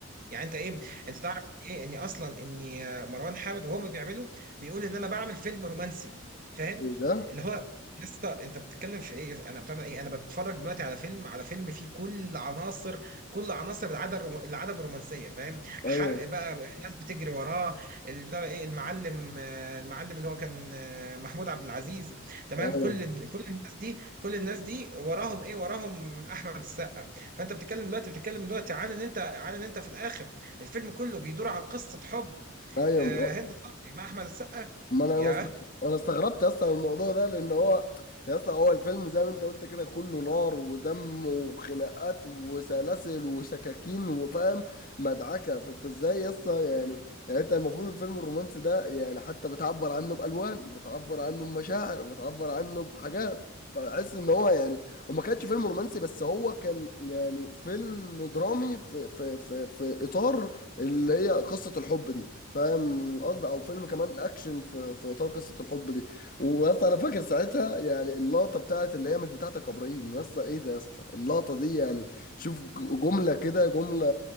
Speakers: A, on the right; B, on the left.
A: يعني انت ايه انت تعرف ان ايه اني اصلا اني آه، مروان حامد وهم بيعملوا بيقول ان انا بعمل فيلم رومانسي فاهم
B: ده
A: اللي هو يا اسطى انت بتتكلم في ايه انا بتعمل ايه انا بتفرج دلوقتي على فيلم على فيلم فيه كل عناصر كل عناصر العدم الروم- العدم الرومانسيه فاهم حرق
B: ايوه
A: بقى الناس بتجري وراه اللي بتاع ايه المعلم آه، المعلم اللي هو كان آه، محمود عبد العزيز تمام
B: ايوه
A: كل كل الناس دي كل الناس دي وراهم ايه وراهم احمد السقا فانت بتتكلم دلوقتي بتتكلم دلوقتي عن ان انت عن ان انت في الاخر الفيلم كله بيدور عن قصة حب
B: ايوه
A: آه، هند صبري مع أحمد السقا
B: ما انا
A: ياه
B: انا است- انا استغربت اصلا من الموضوع ده لان هو يا اسطى هو الفيلم زي ما انت قلت كده كله نار ودم وخناقات وسلاسل وسكاكين وفاهم مدعكه فانت ازاي يا اسطى يعني يعني انت المفروض الفيلم الرومانسي ده يعني حتى بتعبر عنه بالوان بتعبر عنه بمشاعر بتعبر عنه بحاجات بحس ان هو يعني هو ما كانش فيلم رومانسي بس هو كان يعني فيلم درامي في في في في اطار اللي هي قصة الحب دي فاهم القصد او فيلم كمان اكشن في في اطار قصة الحب دي ويسطا انا فاكر ساعتها يعني اللقطة بتاعت اللي هي مش بتاعتك يا ابراهيم يسطا ايه ده يسطا اللقطة دي يعني شوف ج- جملة كده جملة